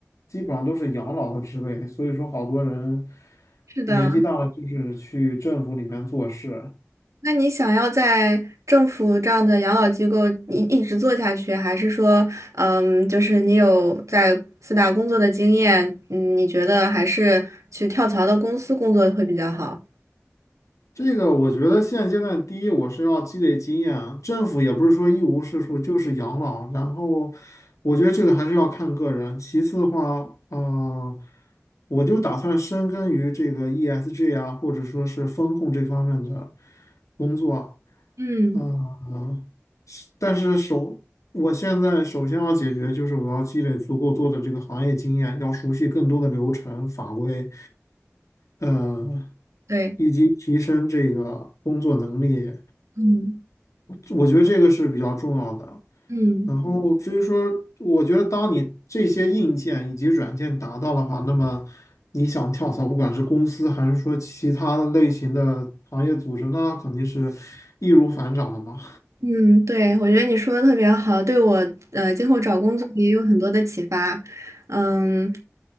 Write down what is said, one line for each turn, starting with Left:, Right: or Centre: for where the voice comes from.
Left: 基本上都是养老的职位，所以说好多人
Right: 是的。
Left: 年纪大了就是去政府里面做事。
Right: 那你想要在政府这样的养老机构一一直做下去，还是说，嗯，就是你有在四大工作的经验，嗯，你觉得还是去跳槽到公司工作会比较好？
Left: 这个我觉得现阶段，第一，我是要积累经验啊，政府也不是说一无是处，就是养老。然后，我觉得这个还是要看个人。其次的话，嗯、我就打算深耕于这个 ESG 啊，或者说是风控这方面的工作啊。
Right: 嗯，
Left: 嗯、是但是首，我现在首先要解决就是我要积累足够多的这个行业经验，要熟悉更多的流程法规。呃，
Right: 对，
Left: 以及提升这个工作能力，
Right: 嗯
Left: 我觉得这个是比较重要的。
Right: 嗯。
Left: 然后至于说，我觉得当你这些硬件以及软件达到的话，那么你想跳槽，不管是公司还是说其他的类型的行业组织，那肯定是易如反掌的嘛。
Right: 嗯，对，我觉得你说的特别好，对我呃今后找工作也有很多的启发。嗯，